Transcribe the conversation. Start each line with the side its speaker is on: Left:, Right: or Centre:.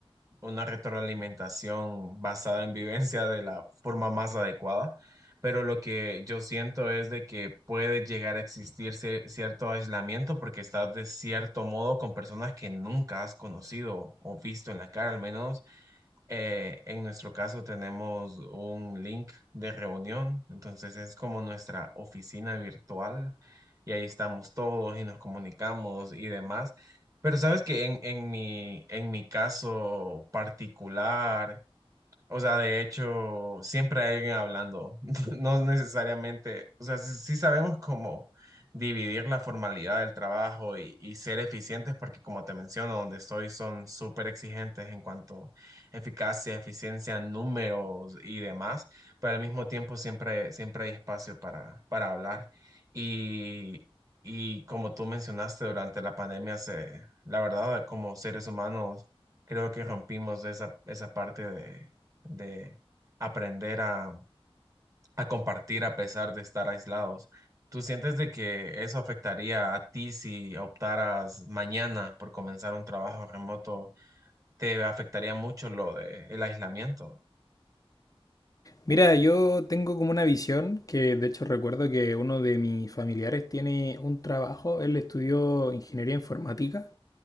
Right: una retroalimentación basada en vivencia de la forma más adecuada, pero lo que yo siento es de que puede llegar a existir cie- cierto aislamiento porque estás de cierto modo con personas que nunca has conocido o visto en la cara al menos. Eh, en nuestro caso tenemos un link de reunión, entonces es como nuestra oficina virtual y ahí estamos todos y nos comunicamos y demás. Pero sabes que en, en mi, en mi caso particular, o sea, de hecho, siempre hay alguien hablando, <laughs> no necesariamente, o sea, sí, sí sabemos cómo dividir la formalidad del trabajo y, y ser eficientes, porque como te menciono, donde estoy son súper exigentes en cuanto a eficacia, eficiencia, números y demás, pero al mismo tiempo siempre, siempre hay espacio para, para hablar. Y, y como tú mencionaste, durante la pandemia, se, la verdad, como seres humanos, creo que rompimos esa, esa parte de de aprender a, a compartir a pesar de estar aislados. ¿Tú sientes de que eso afectaría a ti si optaras mañana por comenzar un trabajo remoto? ¿Te afectaría mucho lo de el aislamiento?
Left: Mira, yo tengo como una visión que de hecho recuerdo que uno de mis familiares tiene un trabajo, él estudió ingeniería informática